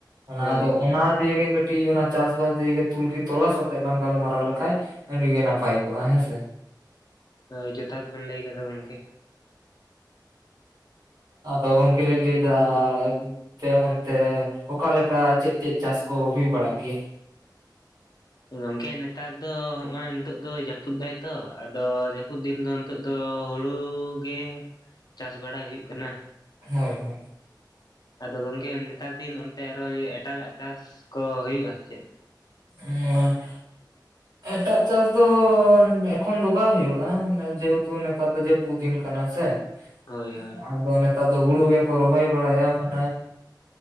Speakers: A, on the right; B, on the left.
A: ᱚᱱᱟ
B: ᱦᱳᱭ
A: ᱟᱫᱚ
B: ᱦᱳᱭ
A: ᱚᱱᱟ ᱫᱤᱭᱮ ᱜᱮ ᱠᱟᱹᱴᱤᱡ ᱠᱟᱹᱴᱤᱡ ᱚᱱᱟ ᱪᱟᱥ ᱵᱟᱥ ᱫᱤᱭᱮ ᱜᱮ ᱛᱩᱞᱠᱷᱤ ᱛᱚᱞᱟᱥ ᱟᱛᱮᱜ ᱞᱟᱝ ᱜᱟᱞ ᱢᱟᱨᱟᱣ ᱞᱮᱠᱷᱟᱡ ᱟᱹᱰᱤ ᱜᱮ ᱱᱟᱯᱟᱭ ᱠᱚᱜᱼᱟ ᱦᱮᱸᱥᱮ᱾
B: ᱦᱳᱭ ᱡᱚᱛᱷᱟᱛ ᱵᱱ ᱞᱟᱹᱭ ᱠᱮᱫᱟ ᱜᱚᱝᱠᱮ᱾
A: ᱟᱫᱚ ᱜᱚᱝᱠᱮ ᱞᱤᱧ ᱞᱟᱹᱭ ᱮᱫᱟ᱾ ᱟᱯᱮ ᱚᱱᱛᱮ ᱚᱠᱟ ᱞᱮᱠᱟ ᱪᱮᱫ ᱪᱮᱫ ᱪᱟᱥ ᱠᱚ ᱦᱩᱭ ᱵᱟᱲᱟᱜ ᱜᱮᱭᱟ
B: ᱜᱚᱝᱠᱮ ᱱᱮᱛᱟᱨ ᱫᱚ ᱦᱚᱜᱚᱭ ᱱᱤᱛᱚᱜ ᱫᱚ ᱡᱟᱹᱯᱩᱫ ᱫᱟᱭ ᱛᱚ ᱟᱫᱚ ᱡᱟᱹᱯᱩᱫ ᱫᱤᱱ ᱫᱚ ᱱᱤᱛᱚᱜ ᱫᱚ ᱦᱩᱲᱩ ᱜᱮ ᱪᱟᱥ ᱵᱟᱲᱟᱭ ᱦᱩᱭᱩᱜ ᱠᱟᱱᱟ᱾
A: ᱦᱳᱭ
B: ᱟᱫᱚ ᱜᱚᱝᱠᱮ ᱱᱮᱛᱟᱨ ᱫᱤᱱ ᱚᱱᱛᱮ ᱟᱨᱚ ᱮᱴᱟᱜᱟᱜ ᱪᱟᱥ ᱠᱚ ᱦᱩᱭᱩᱜᱼᱟ ᱥᱮ ᱪᱮᱫ
A: ᱦᱮᱸ
B: <inaudible>
A: ᱮᱴᱟᱜ ᱪᱟᱥ ᱫᱚ ᱮᱠᱷᱚᱱ ᱫᱚ ᱵᱟᱝ ᱦᱩᱭᱩᱜ-ᱟ᱾ ᱡᱮᱦᱮᱛᱩ ᱱᱮᱛᱟᱨ ᱫᱚ ᱡᱟᱹᱯᱩᱫ ᱫᱤᱱ ᱠᱟᱱᱟ ᱥᱮ
B: ᱦᱳᱭ
A: ᱾
B: ᱦᱳᱭ
A: ᱟᱫᱚ ᱱᱮᱛᱟᱨ ᱫᱚ ᱦᱩᱲᱩ ᱵᱮᱠᱚ ᱚᱨᱦᱚᱭ ᱵᱟᱲᱟᱭ ᱟ ᱢᱟᱢᱮ